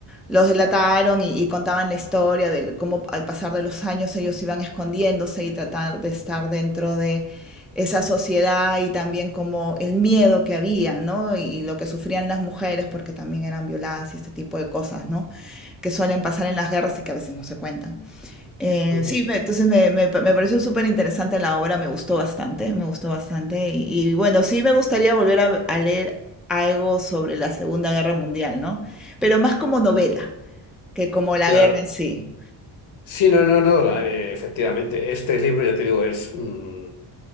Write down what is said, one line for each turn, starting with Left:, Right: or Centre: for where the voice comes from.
Centre: los delataron y, y contaban la historia de cómo al pasar de los años ellos iban escondiéndose y tratar de estar dentro de esa sociedad y también como el miedo que había, ¿no? Y, y lo que sufrían las mujeres porque también eran violadas y este tipo de cosas, ¿no? Que suelen pasar en las guerras y que a veces no se cuentan. Eh,
Left: ujú,
Centre: sí, me- entonces me, me, pa- me pareció súper interesante la obra, me gustó bastante, me gustó bastante. Y, y bueno, sí me gustaría volver a, a leer algo sobre la Segunda Guerra Mundial, ¿no? Pero más como novela que como la
Left: Claro.
Centre: guerra en sí.
Left: Sí, no, no, no, eh, efectivamente, este libro, ya te digo, es... mm,